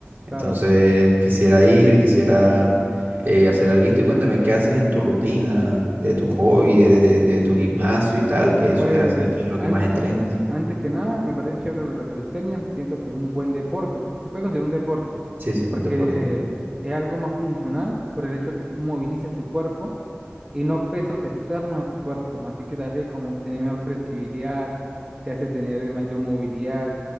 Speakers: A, on the right; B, on the right.
A: claro.
B: Entonces quisiera ir, quisiera eh, hacer algo. Y cuéntame, ¿qué haces en tu rutina, de tu hobby, de, de- de tu gimnasio y tal? ¿Qué
A: Pues
B: sueles hacer? ¿Qué es lo
A: antes,
B: que más entrenas?
A: antes que nada, me parece chévere lo de la calistenia. Siento que es un buen deporte, porque se puede considerar un deporte,
B: Sí, sí,
A: porque
B: es un deporte.
A: es algo más funcional por el hecho de que tú movilizas tu cuerpo y no pesos externos a tu cuerpo. Así que te hace como que tener mejor flexibilidad, te hace tener mayor movilidad